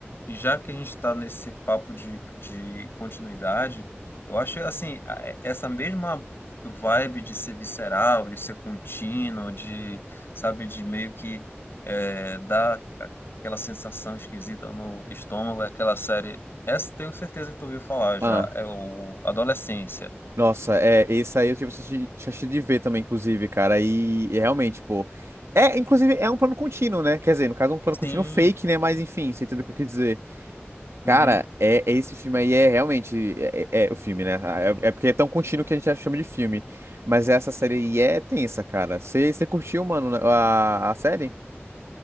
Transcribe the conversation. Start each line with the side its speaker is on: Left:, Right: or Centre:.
Left: e já que a gente está nesse papo de, de continuidade, eu acho assim, a- é, essa mesma vibe de ser visceral, de ser contínuo, de, sabe, de meio que é, dar aquela sensação esquisita no estômago, é aquela série. Essa tenho certeza que tu ouviu falar já,
Right: Ah,
Left: é o Adolescência.
Right: nossa, é, esse aí eu tive chance chance de ver também, inclusive, cara. E, e realmente, pô. É, inclusive, é um plano contínuo, né? Quer dizer, no caso, é um plano
Left: Sim.
Right: contínuo fake, né? Mas enfim, você entendeu o que eu quis dizer.
Left: uhum.
Right: Cara, é, é, esse filme aí é realmente. É, é- é o filme, né? Ah, É, é porque é tão contínuo que a gente já chama de filme. Mas essa série aí é tensa, cara. Você você curtiu, mano, né, a, a série?